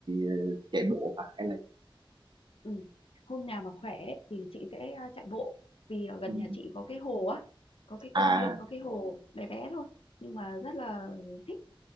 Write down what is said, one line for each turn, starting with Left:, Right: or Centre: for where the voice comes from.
Right: ờ, chạy bộ hả hay là
Left: ừ. Hôm nào mà khỏe ấy thì chị sẽ ờ, chạy bộ. Vì ở gần
Right: ừ,
Left: nhà chị có cái hồ á, có cái
Right: à
Left: công viên, có cái hồ bé bé thôi. Nhưng mà rất là thích